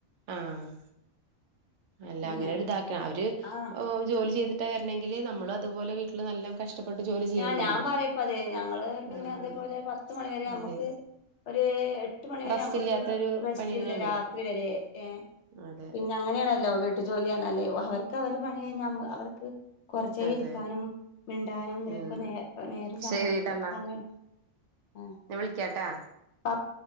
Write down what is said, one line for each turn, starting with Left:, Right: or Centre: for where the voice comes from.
Right: ആഹ് അല്ല
Left: പിന്നെ
Right: അങ്ങനെ ഒരു താക്ക അവര്
Left: ആഹ്
Right: ജോലി ചെയ്തിട്ട വരണമെങ്കി നമ്മളും അതുപോലെ വീട്ടില് നല്ല കഷ് ടപ്പെട്ട് ജോലി ചെയ്യണ്ടല്ലോ
Left: ആഹ് ഞാൻ പറയപ്പത്, ഞങ്ങള് പിന്നെ
Right: ആഹ്
Left: അതേപോലെ പത്ത്മണിവരെ അമ്മക്ക്
Right: അതെ
Left: ഒരു എട്ട് മണിവരെ
Right: റസ്റ്റ്
Left: നമ്മുക്കൊരു
Right: ഇല്ലാത്തൊരു
Left: റെസ്റ്റ്ല്ല
Right: പണി തന്നെയാണ്
Left: രാത്രി വരെ ഏഹ്
Right: അതെ
Left: അങ്ങനേണല്ലോ വീട്ടു ജോലിർഞ്ഞാൽ അവർക്ക് അവരെ പണി കഴിഞ്ഞാ അവർക്ക് കൊർച്ചേര
Right: അതെ
Left: ഇരിക്കാനും മിണ്ടാനും ഇതിലക്കെ
Right: ഉം
Left: നേ നേര സമയ
Right: ശരിട്ടാ എന്നാ
Left: സമയം ആഹ്
Right: ഞാൻ വിളിക്കാട്ടാ
Left: ആഹ്